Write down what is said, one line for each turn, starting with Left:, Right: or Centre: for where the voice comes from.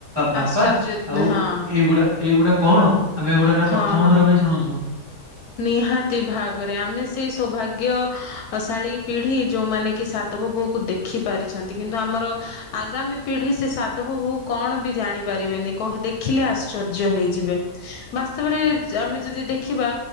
Right: ବାପା
Left: ଆଶ୍ଚର୍ଯ୍ୟ
Right: ଆଉ
Left: ହଁ
Right: ଏଇଗୁଡା ଏଇଗୁଡା କଣ? ଆମେ ଏଗୁଡା ନା
Left: ହଁ
Right: ପ୍ରଥମଥର
Left: ହଁ
Right: ପାଇଁ ଶୁଣୁଛୁ।
Left: ନିହାତି ଭାବରେ ଆମେ ସେଇ ସୌଭାଗ୍ୟଶାଳୀ ପିଢି ଯୋଉମାନେ କି ସାଧବବୋହୂ କୁ ଦେଖ ଦେଖି ପାରିଛନ୍ତି କିନ୍ତୁ ଆମର ଆଗାମୀ ପିଢି ସେ ସାଧବ ବୋହୁ କଣ ବି ଜାଣିପାରିବେନି କହ ଦେଖିଲେ ଆଶ୍ଚର୍ଯ୍ୟ ହେଇଯିବେ। ବାସ୍ତବରେ ଆମେ ଯଦି ଦେଖିବା